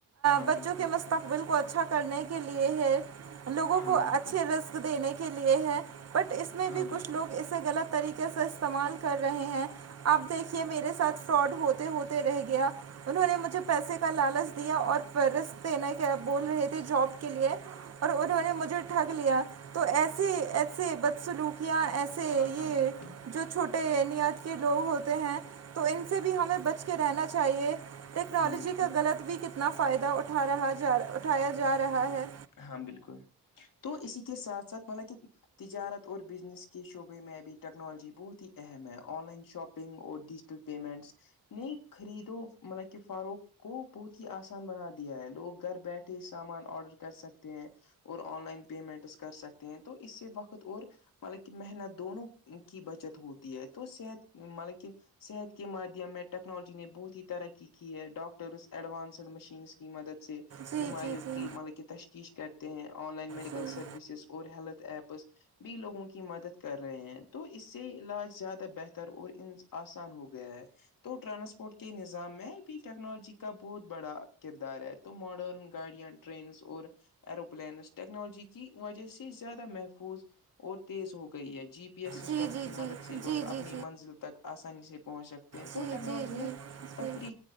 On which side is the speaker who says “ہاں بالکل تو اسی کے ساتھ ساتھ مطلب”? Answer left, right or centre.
Left